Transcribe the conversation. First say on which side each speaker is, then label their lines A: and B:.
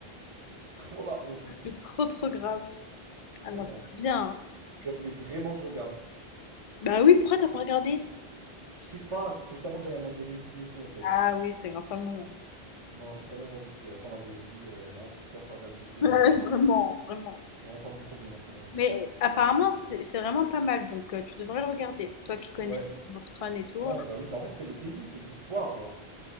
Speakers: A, on the right (about 35°); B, on the left (about 50°).
A: C'est <laughs> vraiment la honte.
B: C'est trop trop grave. Ah
A: Vraiment.
B: non, bien.
A: Parce qu'elle voulait vraiment que je regarde.
B: Bah oui, pourquoi t'as pas regardé?
A: Je sais pas, c'était juste avant que j'aille en Indonésie et tout en fait.
B: Ah oui, c'était grave pas le moment. <laughs>
A: Non, c'était pas le moment du tout. Et après en Indonésie, euh, j'allais vraiment tout faire sans regarder des séries
B: Ouais,
A: quoi.
B: Vraiment, vraiment.
A: C'était vraiment pas mon problème à ce moment-là.
B: Mais euh, apparemment, c'est c'est vraiment pas mal, donc euh, tu devrais le regarder. Toi qui connais
A: Ouais,
B: Game of Thrones et tout.
A: ouais, bah oui, bah en fait c'est le début, c'est l'histoire genre.